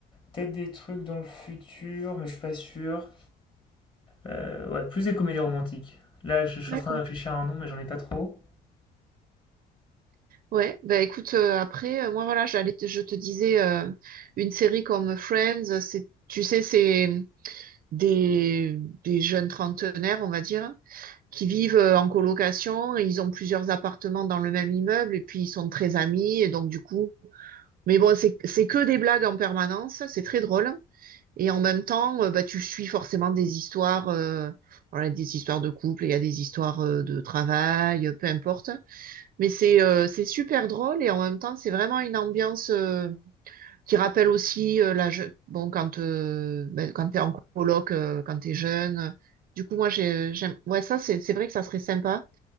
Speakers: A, on the left; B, on the right.
A: peut-être des trucs dans le futur, mais je suis pas sûr. Euh, ouais, plus des comédies romantiques. Là, je, je suis
B: d'accord.
A: en train de réfléchir à un nom, mais j'en ai pas trop.
B: Ouais, bah écoute, euh, après, euh, moi voilà, j'allais, te- je te disais, euh, une série comme Friends, c'est, tu sais, c'est des, des jeunes trentenaires, on va dire, qui vivent euh, en colocation, et ils ont plusieurs appartements dans le même immeuble et puis ils sont très amis et donc du coup, mais bon, c'est c'est que des blagues en permanence, c'est très drôle et en même temps, euh, bah tu suis forcément des histoires euh, voilà, des histoires de couple, il y a des histoires euh, de travail, euh, peu importe. Mais c'est euh, c'est super drôle et en même temps, c'est vraiment une ambiance euh, qui rappelle aussi euh, la je- bon quand euh, ben, quand t'es en coloc, euh, quand t'es jeune. Du coup, moi j'ai j'aime ouais ça c'est c'est vrai que ça serait sympa.